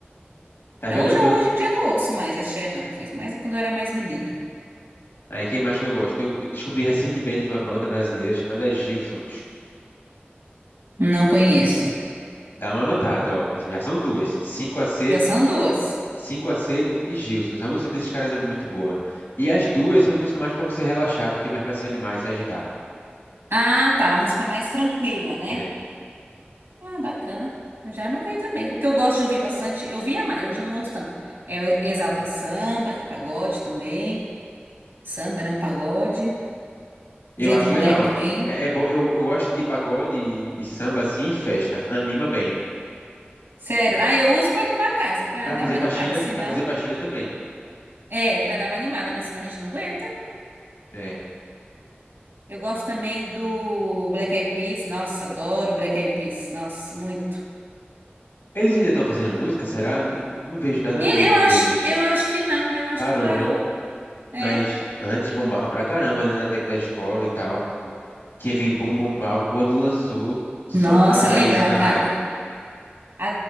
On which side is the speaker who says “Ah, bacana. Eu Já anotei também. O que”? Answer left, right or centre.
Right